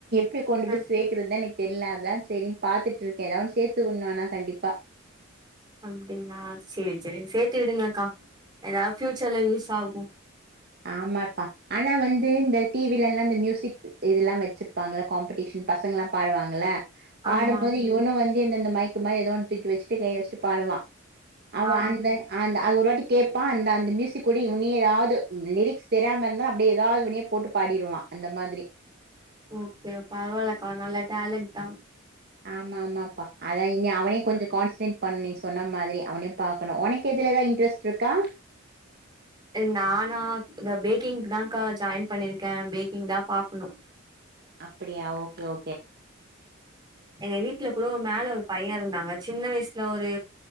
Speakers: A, on the right; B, on the right.
A: கு கொண்டு
B: ஆ
A: போய் சேக்கறத்தா எனக் தெர்ல அதா சேரின் பாத்துட்ருக்கே ஏதாவ் ஒன்னு சேத்து உண்ணோ ஆனா கண்டிப்பா
B: அப்டின்னா சேர் சேரி சேத்து விடுங்கக்கா ஏதாவ் ஃப்யூச்சர்ல யூஸ்ஸாகு
A: ஆமாப்பா ஆனா வந்து இந்த டிவிலல்லா இந்த ம்யூசிக் இதுல்லா வெச்சிருப்பாங்கள காம்படீஷன் பசங்கல்லா பாடுவாங்கல்ல பாடம்போது
B: ஆமா
A: இவனு வந் ந்து என்ன இந்த மைக்கு மாரி ஏதோ ஒன்னு தூக்கி வெச்சிக்ட்டு கை வெச்சிட்டு பாடுவா அவ
B: ஆ
A: அந்த அந்த அது ஒரு வாட்டி கேப்பா அந்த அந்த ம்யூசிக் கூட இவனி ஏதாவ்து லிரிக்ஸ் தெர்யாம இருந்தாலு அப்டியே ஏதாவ்து இவ்னே போட்டு பாடிருவா அந்த மாதிரி
B: ஓகே பரவாலக்கா நல்லா டேலண்ட் தா
A: ஆமா ஆமாப்பா அதா இனி அவனே கொஞ்சொ கான்ஸ்னேட் பண்ணி சொன்ன மாதிரி அவனே பாக்கணு ஒனக்கு இதுலல்லா இன்ட்ரஸ்ட்ருக்கா
B: நானா இந்த பேக்கிங்க்குதாங்க்கா ஜாயின் பண்ணிருக்க பேக்கிங் தா பாக்குணு
A: அப்டியா ஓகே ஓ
B: எங்க வீட்ல கூடோ மேல ஒரு பைய்ய இருந்தாங்க சின்ன வயஸ்ல ஒரு